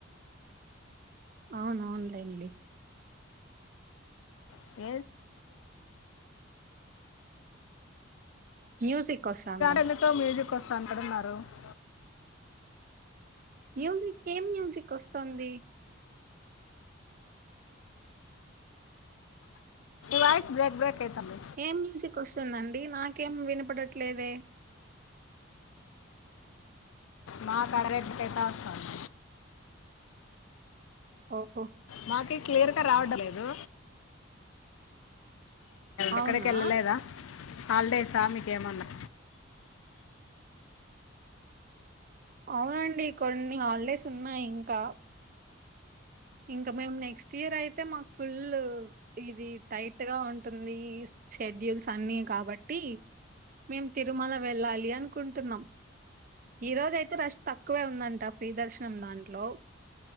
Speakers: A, on the right; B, on the left.
A: అవునవును లెండి
B: <unintelligible> <unintelligible>
A: మ్యూజిక్ వస్తాందా?
B: ఎందుకో మ్యూజిక్ <unintelligible>
A: మ్యూజిక్ ఏం మ్యూజిక్ వస్తంది
B: వాయిస్ బేక్ బ్రేక్ అయితంది
A: ఏం మ్యూజిక్ ఓస్తుందండి నాకేం వినపడట్లేదే
B: మా కాడా రెంటు ఎట్టా ఉంటాది.
A: ఓహో
B: మాకి క్లియర్గా రావడం లేదు.
A: అవునా!
B: ఎక్కడికి వెళ్ళలేదా? హాలిడేసా మీకేమన్నా?
A: అవునండి కొన్ని హాలిడేస్ ఉన్నాయి ఇంకా? ఇంకా మాకు నెక్స్ట్ ఇయర్ అయితే మాకు ఫుల్. ఇది టైట్ గా ఉంటుంది. షెడ్యూల్స్ అన్ని కాబట్టి మేం తిరుమల వెళ్ళాలి అనుకుంటున్నాం. ఈ రోజు అయితే రష్ తక్కువే ఉందంట ఫ్రీ దర్శనం దాంట్లో.